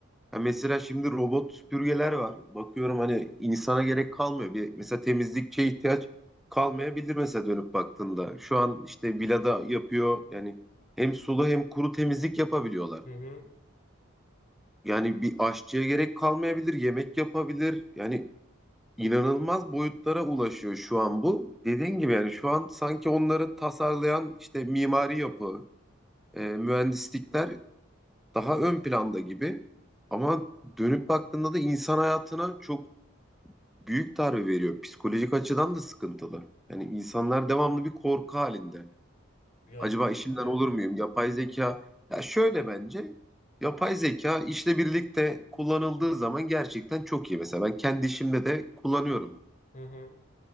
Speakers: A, in the centre; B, on the left (about 35°).
A: ya mesela şimdi robot süpürgeler var. Bakıyorum hani insana gerek kalmıyor. Bir, mesela temizlikçiye ihtiyaç kalmayabilir mesela dönüp baktığında. Şu an işte villada yapıyor. Yani hem sulu hem kuru temizlik yapabiliyorlar.
B: Hı hı.
A: Yani bir aşçıya gerek kalmayabilir, yemek yapabilir. Yani inanılmaz boyutlara ulaşıyor şu an bu. Dediğin gibi yani şu an sanki onları tasarlayan işte mimari yapı, e, mühendislikler daha ön planda gibi. Ama dönüp baktığında da insan hayatına çok büyük darbe veriyor. Psikolojik açıdan da sıkıntılı. Yani insanlar devamlı bir korku halinde.
B: Ya
A: Acaba
B: tabii
A: işimden
B: ki.
A: olur muyum? Yapay zeka. Ya şöyle bence yapay zeka işle birlikte kullanıldığı zaman gerçekten çok iyi. Mesela ben kendi işimde de kullanıyorum.
B: Hı hı.